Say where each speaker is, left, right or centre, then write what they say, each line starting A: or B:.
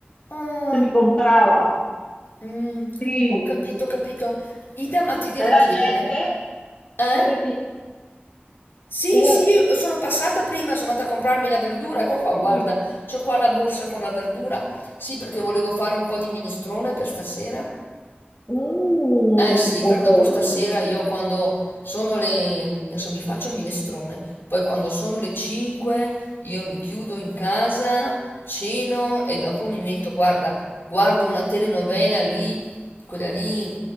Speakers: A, on the left; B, on the left.
A: ah,
B: se mi comprava.
A: mm,
B: Sì,
A: ho capito,
B: sì,
A: ho capito.
B: sì.
A: Ida, ma ti devo
B: Era
A: chiedere,
B: gente,
A: eh?
B: era... pi-
A: Sì,
B: era...
A: sì, io sono passata prima, sono andata a comprarmi la verdura, ecco qua, guarda,
B: Mm,
A: c'ho qua la borsa con la verdura, sì, perché volevo fare un po' di minestrone per stasera
B: mm,
A: eh sì,
B: buono,
A: perché dopo stasera io quando sono le... adesso mi faccio il minestrone, poi quando sono le 5 io mi chiudo in casa, ceno e dopo mi metto, guarda, guardo una telenovela lì, quella lì,